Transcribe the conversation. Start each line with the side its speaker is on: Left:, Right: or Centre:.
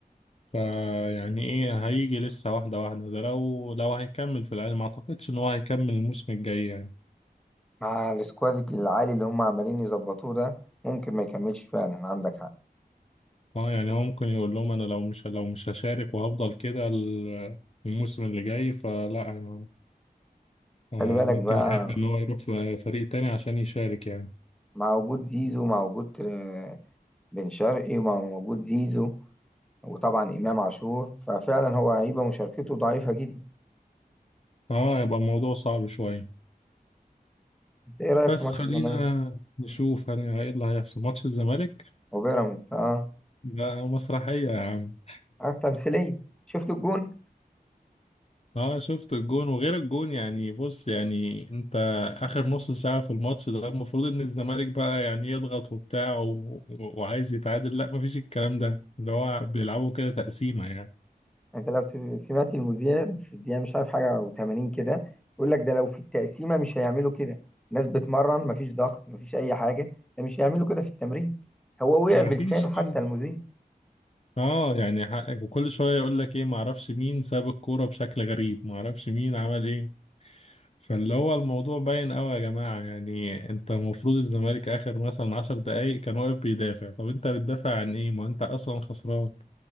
Left: فيعني ايه هيجي لسه واحدة واحدة ده لو لو هيكمل في الأهلي ما اعتقدش ان هو هيكمل الموسم الجاي يعني
Centre: مع السكواد العالي اللي هم عمالين يظبطوه ده ممكن ما يكملش فعلا عندك حق
Left: اه يعني هو ممكن يقول لهم انا لو مش لو مش هشارك وهفضل كده ال- الموسم اللي جاي فلا أنا آه،
Centre: خلي بالك
Left: ممكن
Centre: بقى
Left: يحب ان هو يروح في فريق تاني عشان يشارك يعني
Centre: مع وجود زيزو مع وجود آه، بن شرقي ومع وجود زيزو وطبعا إمام عاشور ففعلا هو هيبقى مشاركته ضعيفة جدا
Left: اه يبقى الموضوع صعب شوية
Centre: إنت إيه رأيك
Left: بس
Centre: في ماتش
Left: خلينا
Centre: الزمالك
Left: نشوف هن- ايه اللي هيحصل ماتش الزمالك
Centre: وبيراميدز آه
Left: لا هو مسرحية يا عم
Centre: اه تمثيلية شفت الجون
Left: اه شفت الجون وغير الجون يعني بص يعني انت اخر نص ساعة في الماتش ده المفروض ان الزمالك بقى يعني يضغط وبتاع و... و- وعايز يتعادل لا مفيش الكلام ده اللي هو بيلعبوا كده تقسيمة يعني
Centre: انت لو سم- سمعت المذيع في الدقيقة مش عارف حاجة و80 كده يقول لك ده لو في التقسيمة مش هيعملوا كده الناس بتمرن مفيش ضغط مفيش أي حاجة ده مش هيعملوا كده في التمرين هو وقع
Left: مفيش
Centre: بلسانه حتى
Left: خالص.
Centre: المذيع
Left: اه يعني حقك وكل شوية يقول لك ايه معرفش مين ساب الكورة بشكل غريب معرفش مين عمل ايه فاللي هو الموضوع باين قوي يا جماعة يعني انت المفروض الزمالك اخر مثلا عشر دقايق كان واقف بيدافع طب انت بتدافع عن ايه ما انت اصلا خسران